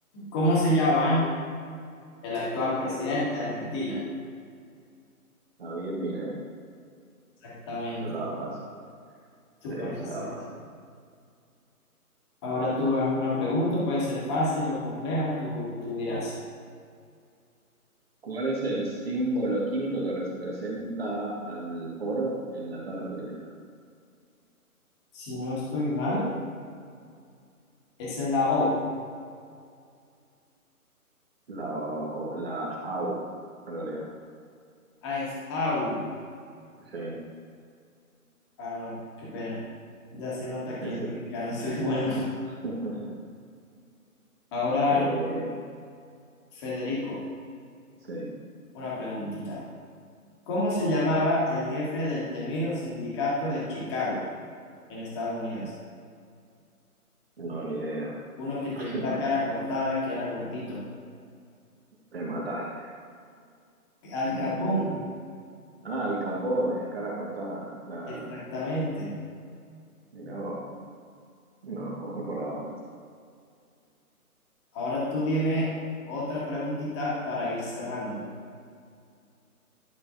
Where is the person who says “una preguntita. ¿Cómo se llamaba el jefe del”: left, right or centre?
Left